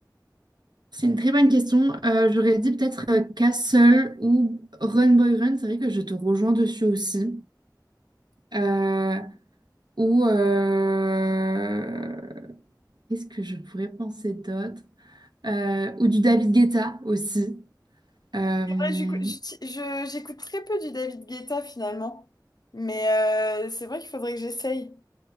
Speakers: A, on the right; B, on the left.
A: C'est une très bonne question. Euh, j'aurais dit peut-être euh, Castle ou Run Boy Run. C'est vrai que je te rejoins dessus aussi. Euh, ou euh, qu'est-ce que je pourrais penser d'autre? Euh, ou du David Guetta aussi. Euh,
B: C'est vrai, j'écou- j'uti- je- j'écoute très peu du David Guetta finalement, mais euh, c'est vrai qu'il faudrait que j'essaye.